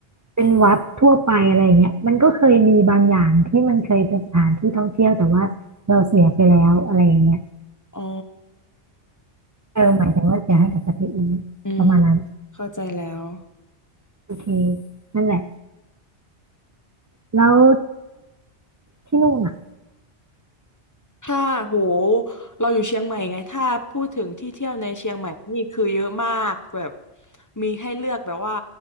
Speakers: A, on the right; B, on the left.
A: เป็นวัดทั่วไปอะไรเงี้ยมันก็เคยมีบางอย่างที่มันเคยเป็นสถานที่ท่องเที่ยวแต่ว่าเราเสียไปแล้วอะไรเงี้ย
B: อ๋อ
A: เออหมายถึงว่าเสียให้กับประเทศอื่นประมาณนั้น
B: อืมเข้าใจแล้ว
A: โอเคนั่นแหละแล้วที่นู่นอ่ะ
B: ถ้าโหเราอยู่เชียงใหม่ไงถ้าพูดถึงที่เที่ยวในเชียงใหม่นี่คือเยอะมากแบบมีให้เลือกแบบว่า